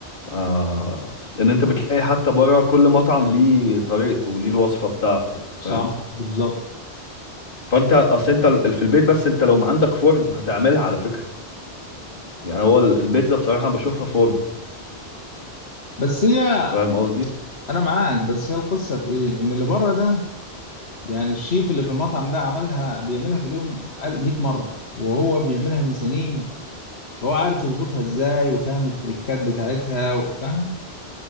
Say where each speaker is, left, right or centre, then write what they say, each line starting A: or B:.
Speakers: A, on the left; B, on the left.
A: آه لان انت بتلاقي حتى بره كل مطعم ليه طريقته ليه الوصفة بتاعته فاهم
B: صح بالظبط
A: فانت اصل انت ال- في البيت بس انت لو ما عندك فرن هتعملها على فكرة يعني هو ال- البيتزا بصراحة أنا بشوفها فرن
B: بس هي
A: فاهم قصدي؟
B: انا معاك بس هي القصه في ايه ان اللي بره ده يعني الشيف اللي في المطعم ده عملها بيعملها في اليوم قال- 100 مره وهو بيعملها من سنين هو عارف يظبطها ازاي وفاهم التريكات بتاعتها وفاهم